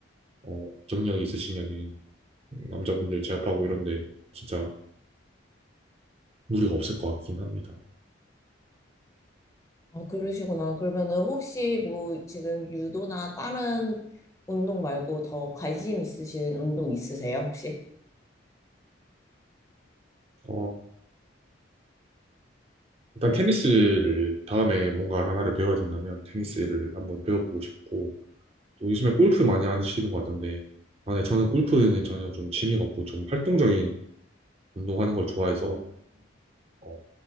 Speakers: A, on the right (about 30°); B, on the left (about 15°).
A: 어, 경력이 있으시면 남자분들 제압하고 이런데 진짜 무리가 없을 것 같긴 합니다.
B: 아, 그러시구나. 그러면은 혹시 뭐 지금 유도나 다른 운동 말고 더 관심 있으신 운동 있으세요, 혹시?
A: 어, 일단 테니스를 다음에 뭔가 하나를 배워야 된다면 테니스를 한번 배워보고 싶고 또 요즘에 골프 많이 하시는 것 같던데 아, 네, 저는 골프는 전혀 좀 취미가 없고 좀 활동적인 운동하는 걸 좋아해서 어,